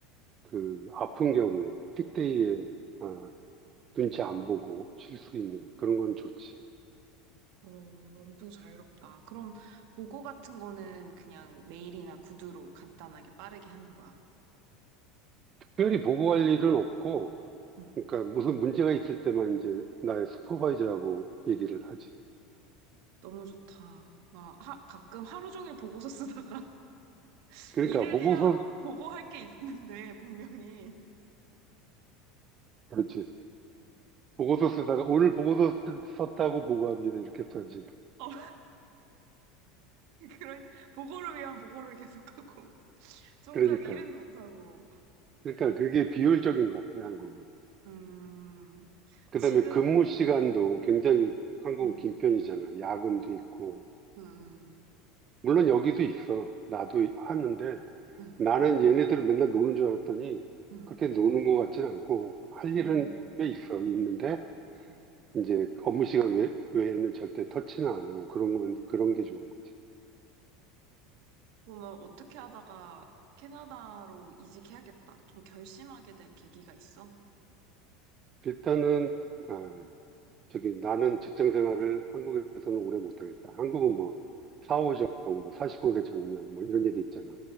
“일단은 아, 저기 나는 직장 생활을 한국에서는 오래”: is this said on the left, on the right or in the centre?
Right